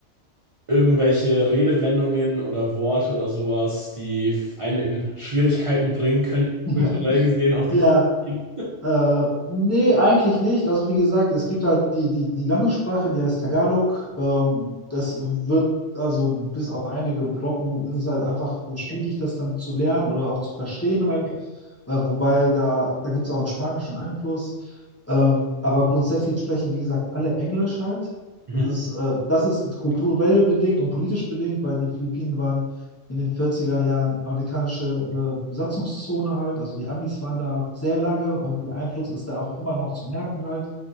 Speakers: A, on the right; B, on the left.
A: irgendwelche Redewendungen oder Worte oder sowas, die einen in Schwierigkeiten bringen können,
B: <laughs>
A: kulturell gesehen, auf den
B: Ja,
A: Film?
B: Äh, nee, eigentlich nicht. Also wie gesagt, es gibt halt die, die, die Landessprache, die heißt Tagalog. Ähm, das wird, also bis auf einige Brocken, ist es halt einfach schwierig, das dann zu lernen oder auch zu verstehen halt. Äh, wobei da, da gibt es auch einen spanischen Einfluss. Ähm, aber grundsätzlich sprechen, wie gesagt, alle Englisch halt.
A: Mhm.
B: Das ist, äh, das ist kulturell bedingt und politisch bedingt, weil die Philippinen waren in den vierziger Jahren amerikanische äh, Besatzungszone halt. Also die Amis waren da halt sehr lange und der Einfluss ist da auch immer noch zu merken halt,